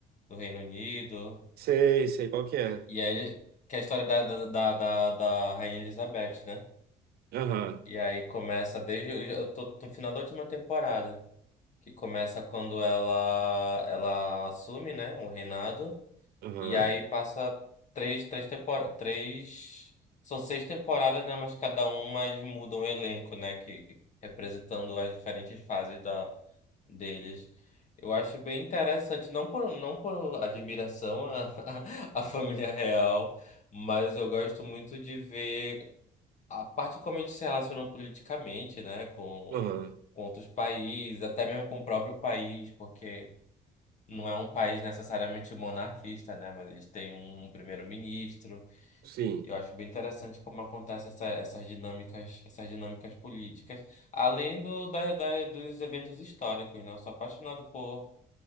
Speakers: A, on the left (about 45°); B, on the right (about 65°).
A: do Reino Unido.
B: Sei, sei qual que é.
A: E aí, que é a história da, da, da, da, da Rainha Elizabeth, né?
B: Aham,
A: E aí começa desde. Eu tô no final da última temporada, que começa quando ela, ela assume, né, o reinado.
B: aham,
A: E aí passa três, três temporadas, três, são seis temporadas, né? Mas cada uma eles mudam o elenco, né? Que representando as diferentes fases da deles. Eu acho bem interessante, não por, não por admiração à, <laughs> à família real, mas eu gosto muito de ver a parte como eles se relacionam politicamente, né? Com,
B: aham.
A: com outros países, até mesmo com o próprio país, porque não é um país necessariamente monarquista, né? Mas eles têm um primeiro-ministro.
B: Sim.
A: E eu acho bem interessante como acontecem essa- essas dinâmicas, essas dinâmicas políticas, além do, da, da- dos eventos históricos, né? Eu sou apaixonado por,